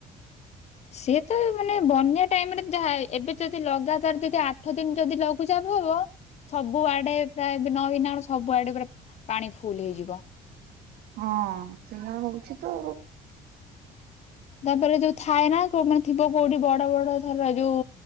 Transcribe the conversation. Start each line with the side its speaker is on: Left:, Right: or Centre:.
Left: ସିଏ ତ ମାନେ ବନ୍ୟା ଟାଇମରେ ଯାହା ଏବେ ଯଦି ଲଗାତାର ଯଦି ଆ ଆଠ ଦିନ ଯଦି ଲଘୁଚାପ ହବ ସବୁ ଆଡେ ପ୍ରାୟବେ ନଇନା ସବୁ ଆଡେ ପୁରା ପାଣି ଫୁଲ ହେଇଯିବ।
Right: ହଁ ସେଇଆ ହଉଛି ତ।
Left: ତାପରେ ଯୋଉ ଥାଏ ନା କୋଉ ମାନେ ଥିବ କୋଉଠି ବଡ ବଡ ଧର ଯୋଉ